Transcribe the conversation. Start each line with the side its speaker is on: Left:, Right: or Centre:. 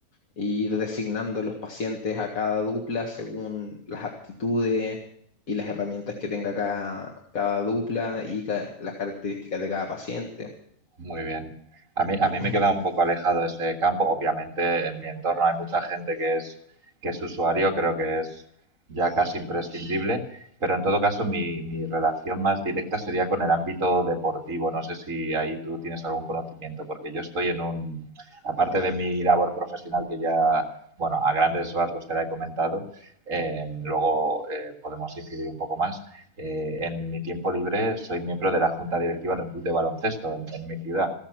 Left: y ir designando los pacientes a cada dupla según las aptitudes y las herramientas que tenga cada, cada dupla y ca- las características de cada paciente.
Right: Muy bien. A mí, a
Left: <clears throat>
Right: mí me queda un poco alejado ese campo. Obviamente, en mi entorno hay mucha gente que es, que es usuario, creo que es ya casi imprescindible, pero en todo caso mi, mi relación más directa sería con el ámbito deportivo. No sé si ahí tú tienes algún conocimiento, porque yo estoy en un, aparte de mi labor profesional que ya, bueno, a grandes rasgos te la he comentado, eh, luego eh, podemos incidir un poco más eh, en mi tiempo libre soy miembro de la junta directiva de un club de baloncesto en, en mi ciudad,